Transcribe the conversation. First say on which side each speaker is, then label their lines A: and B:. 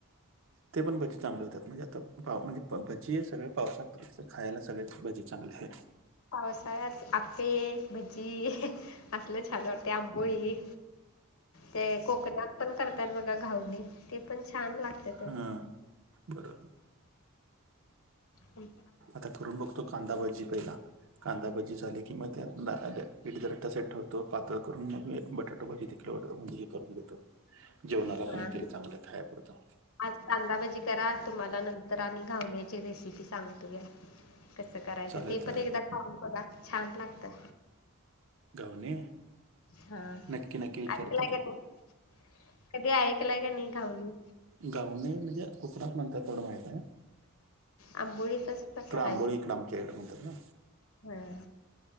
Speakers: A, on the right; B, on the left.
A: ते पण भजी चांगल्या होत्यात म्हणजे आता पाव म्हणजे प भजीयं. सगळं पावसात खायला सगळेच भजी चांगले आहेत.
B: पावसाळ्यात आप्पे, भजी असलं छान वाटतं आंबोळी.
A: <inaudible>
B: ते कोकणात पण करतात बघा घावणे, ते पण छान लाग ते.
A: हा बरोबर
B: हूं.
A: आता करून बघतो कांदाभजी पहिला. कांदाभजी झाली की मग पीठ घट्टसर ठेवतो. पातळ करून मग मी बटाटा भजी तेव्हढं हे करून देतो. जेवणाला
B: करा
A: पण येतील चांगलं खायापुरतं.
B: आज कांदाभजी करा. तुम्हाला नंतर आणि घावण्याची रेसिपी सांगतो घ्या. कसं करायचं.
A: चालेल
B: ते
A: चालेल
B: पण एकदा खाऊन बघा. छान लागतात.
A: घावणे?
B: हा
A: नक्की नक्की. विचारतो
B: ऐकलाय
A: की
B: का नाही, कधी ऐकलाय का नाही घावणी?
A: घावणे म्हणजे, कोकणात म्हणतात तेव्हढं माहितंय.
B: आंबोळीचाच प्रकार
A: इकडं आंबोळी इकडं आमच्या इकडे म्हणतात ना.
B: हं.